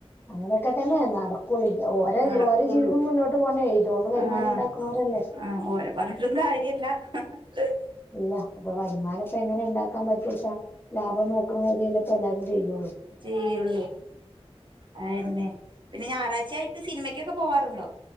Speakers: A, on the left (about 20°); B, on the right (about 50°).
A: അങ്ങനെയൊക്കെ തന്നെ നടക്കുള്ളൂ ഓരോ
B: നടകൊള്ളൂ
A: ഓരോ ജീവിതം മുന്നോട്ട് പോണ്ടേ ഇതോണ്ട് വരുമാനം
B: ആഹ്
A: ഉണ്ടാക്കണോരല്ലേ
B: ആഹ് ഓല പറഞ്ഞിട്ടും കാര്യല്ല ഹ്
A: ഇല്ല അപ്പൊ വരുമാനം ഇപ്പ എങ്ങനെ ഉണ്ടാക്കാൻ പറ്റച്ചാ ലാഭം നോക്കണ കാര്യല്ല ഇപ്പ എല്ലാരും ചെയ്യള്ളൂ
B: ചെയ്യോള്ളൂ അയന്നെ പിന്നെ ഞായറാഴ്ച ആയിട്ട് സിനിമക്കൊക്കെ പോവാറുണ്ടോ